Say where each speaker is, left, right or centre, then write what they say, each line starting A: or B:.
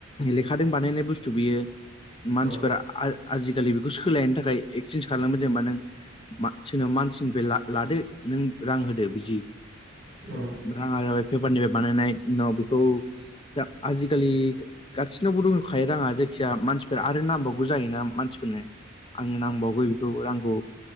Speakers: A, on the left (about 25°); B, on the right (about 55°).
A: लेखादों बानायनाय बुस्थु बेयो
B: औ
A: मानसिफोरा
B: औ
A: आजिखालि बेखौ सोलायनो थाखाय एक्सेन्स खालामो जेनेबा नों सोरनाव मानसिनिफ्राय लादो नों रां होदो बिदि
B: औ औ
A: राङा जाबाय पेपारनिफ्राय बानायनाय उनाव बेखौ दा आजिखालि गासिनावबो दंखायो राङा जायखिजाया मानसिफोर आरो नांबावगौ जायोना मानसिफोरनो आंनो नांबायगौ रांखौ